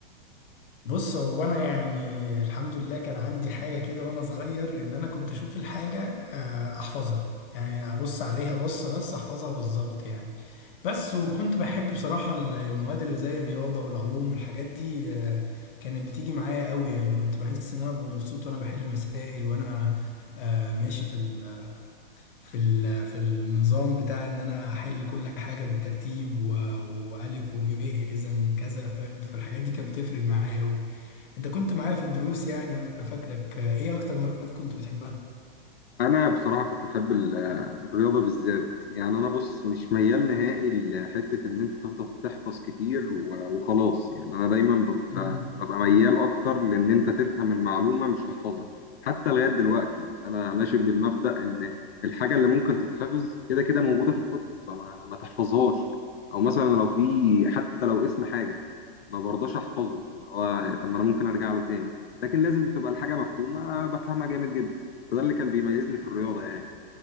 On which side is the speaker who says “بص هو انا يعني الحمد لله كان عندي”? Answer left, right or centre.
Left